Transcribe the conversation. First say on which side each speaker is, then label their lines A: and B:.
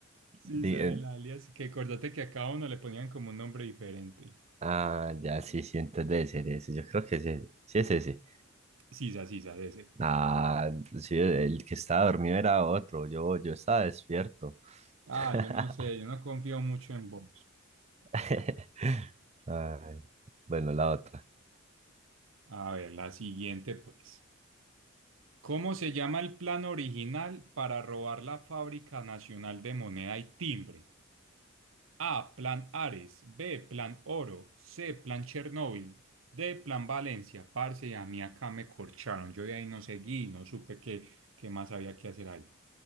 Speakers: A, on the right (about 80°); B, on the right (about 35°).
A: Sí,
B: Di-
A: sé
B: en-
A: el alias. Que acordate que a cada uno le ponían como un nombre diferente.
B: Ah, ya, sí, sí, entonces debe ser ese. Yo creo que es ese. Sí, es ese.
A: Sisa, Sisa, ese.
B: Ah, sí, el que estaba dormido era otro. Yo, yo estaba despierto.
A: Ah,
B: <laughs>
A: yo no sé, yo no confío mucho en vos.
B: <laughs> Ay, bueno, la otra.
A: A ver, la siguiente, pues. ¿Cómo se llama el plan original para robar la Fábrica Nacional de Moneda y Timbre? A, Plan Ares, B, Plan Oro, C, Plan Chernóbil, D, Plan Valencia. Parce, a mí acá me corcharon. Yo de ahí no seguí, no supe qué, qué más había que hacer ahí.